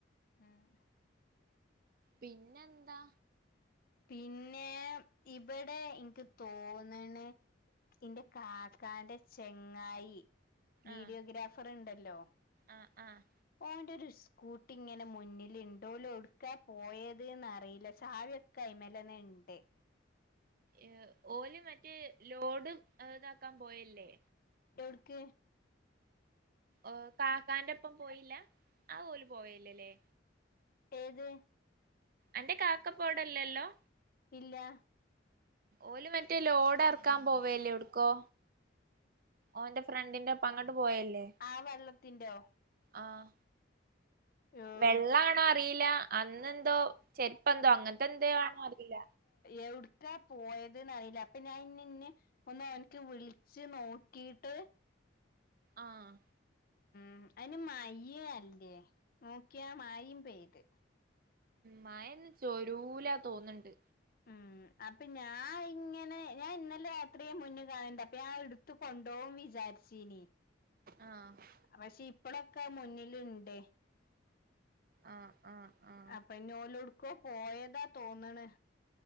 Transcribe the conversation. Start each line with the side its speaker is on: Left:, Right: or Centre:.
Left: ഉം
Right: പിന്നെന്താ?
Left: പിന്നെ ഇബടെ എനക്ക് തോന്നണ് എന്റെ കാക്കാന്റെ ചങ്ങായി വീഡിയോഗ്രാഫർ
Right: ആഹ്
Left: ഉണ്ടല്ലോ
Right: ആഹ് ആഹ്
Left: ഓന്റൊരുസ് കൂട്ടി ഇങ്ങനെ മുന്നിൽ ഉണ്ട് ഓൽ എവുടുക്കാ പോയത് എന്നറിയില്ല ചാവിയൊക്ക് കൈമേലന്ന് ഉണ്ട്
Right: ഏഹ് ഓല് മറ്റേ ലോഡ് ഏ ഇതാക്കാൻ പോയല്ലേ
Left: എവ്ട്ക്ക്?
Right: ഓഹ് കാക്കാന്റെപ്പം പോയില്ല ആ ഓല് പോയില്ലല്ലേ
Left: ഏത്
Right: അന്റെ കാക്കപ്പോവിടിലല്ലോ
Left: ഇല്ല
Right: ഓല് മറ്റേ ലോഡെറക്കാൻ പോവല്ലേ എവട്ക്കോ ഓന്റെ ഫ്രണ്ടിന്റൊപ്പം അങ്ങോട്ട് പോയില്ലേ
Left: ആ വെള്ളത്തിന്റോ
Right: ആഹ്
Left: എവ്ട്
Right: വെള്ളാണോ അത റീല അന്നെന്തോ ചെരുപ്പെന്തോ അങ്ങനത്തെന്തോ ആണോ അറീല്ല
Left: എവിടുക്കാ പോയത്‌ന്നറിയില്ല അപ്പൊ ഞാൻ ഇന്ന്ന്. ഒന്ന് അവൻക്ക് വിളിച്ച് നോക്കീട്ട്
Right: ആഹ്
Left: ഉംഹ് അയ്ന് മയയല്ലേ നോക്കിയാ മയേം പെയ്ത്
Right: മയയിന്ന് തോരൂലാ തോന്ന്ണ്ട്
Left: ഉം അപ്പൊ ഞാ ഇങ്ങനെ ഞാൻ ഇന്നലെ രാത്രിയെ മുന്ന് കാണ്‌ണ്ട് അപ്പൊ ഞാൻ എടുത്തു. കൊണ്ടോവുംന്ന് വിചാരിച്ചീനി.
Right: ആഹ്
Left: പക്ഷെ ഇപ്പളൊക്കെ മുന്നിൽ ഉണ്ട്
Right: ആഹ് ആഹ് ആഹ്
Left: അപ്പൊ ഇനി ഓലെവിടേക്കോ പോയതാ തോന്ന്ണ്